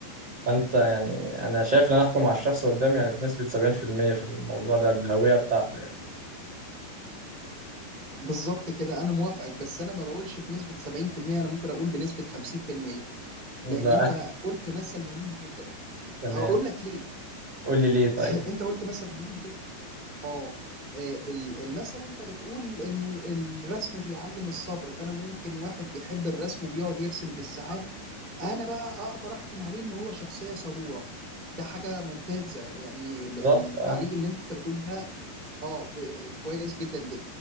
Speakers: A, on the right; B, on the right.
A: فأنت يعني أنا شايف إن أنا أحكم على الشخص قدامي يعني بنسبة 70% في المية في الموضوع ده بالهوية بتاعته يعني
B: بالظبط كده انا موافقك بس انا ما بقولش بنسبة 70% انا ممكن اقول بنسبة 50%
A: لا
B: لان انت قلت مثل مهم جدا
A: تمام
B: هقول لك ليه
A: قول لي ليه طيب
B: <laughs> انت قلت مثل مهم جدا اه آه، ال- المثل انت بتقول انه الرسم بيعلم الصبر فانا ممكن واحد بيحب الرسم وبيقعد يرسم بالساعات انا بقى اقدر احكم عليه ان هو شخصية صبورة ده حاجة ممتازة يعني ال- التعليق
A: بالظبط أه
B: اللي انت بتقول ده اه ب- كويس جدا جدا